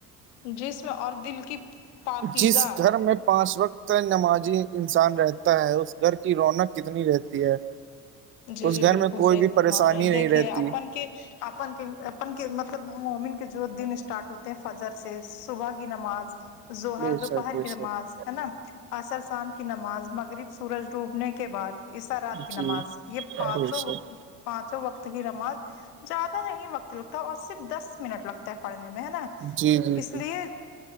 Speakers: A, on the left; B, on the right.
A: جس اور دل کی پاکیزہ
B: جس گھر میں پانچ وقت نمازی انسان رہتا ہے اس گھر کی رونق کتنی رہتی ہے
A: جی
B: اس
A: جی
B: گھر
A: بالکل
B: میں کوئی
A: صحی
B: بھی
A: کررما
B: پریشانی
A: رہے د
B: نہیں
A: کہ
B: رہتی
A: اپن کہ اپن کے اپن کے مطلب مومن کے جو دن اسٹارٹ ہوتے ہیں فجر سے صبح کی نماز ہر
B: بے
A: دوپہر
B: شک بے
A: کی
B: شک
A: نماز ہے نا اصر شان کی نماز مغرب سورج ڈوبنے کے بعد اس طرح نماز
B: جی
A: یہ
B: بے
A: پانچوں
B: شک
A: پانچوں وقت کی نماز زیادہ نہیں وقت لگتا اور صرف دس منٹ لگتا ہے پڑھنے میں ہے نا
B: جی جی
A: اس
B: جی
A: لیے